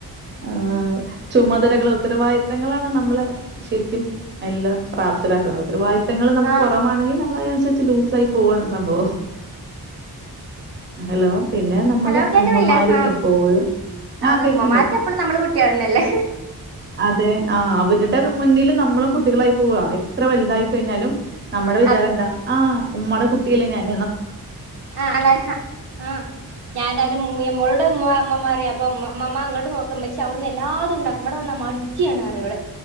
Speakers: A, on the right; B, on the right.
A: ഹാ ആ ചുമതലകള് ത്തരവാദിത്തങ്ങളാണ് നമ്മളെ ശരിക്കും എല്ലാം പ്രാപ്തരാക്കുന്നത് ഉത്തരവാദിത്തങ്ങൾ നമുക്ക്
B: ആഹ്
A: കുറവാണെങ്കിൽ നമ്മളതിനനുസ വച്ച് ലൂസ ആയി പോവാണ് സംഭവം ഹലോ പിന്നെ നമ്മുടെ
B: ഹലോ കേക്കുന്നില്ലേ
A: ഉമ്മമാര്
B: ആഹ്
A: എപ്പോഴും ആ
B: അത്
A: കേക്കണ്ട്
B: ഉമ്മമാർക്ക് എപ്പളും നമ്മള് കുട്ടികൾ തന്നെയല്ലേ
A: അതെ ആ അവരുടെ മുന്നിൽ നമ്മളും കുട്ടികളായി പോവാ എത്ര വലുതായി കഴിഞ്ഞാലും അ നമ്മുടെ വിചാരം
B: അപ്പൊ
A: എന്താ ആ ഉമ്മാടെ കുട്ട്യല്ലേ ഞാൻ
B: ആ അങ്ങ ആ ആ ഞാനൊരു മുയൻ മോ മു മ മാ റി യാ അപ്പൊ മ് ഉമ്മുമ്മ ങ്ങോട്ട് നോക്ക് മ്മ്‌ച്ചി അവിടുന്ന് എല്ലാതും ഉണ്ടാക്കും വ്ടെ വന്നാ മടിച്ച്യാണ് റ്യ യോള്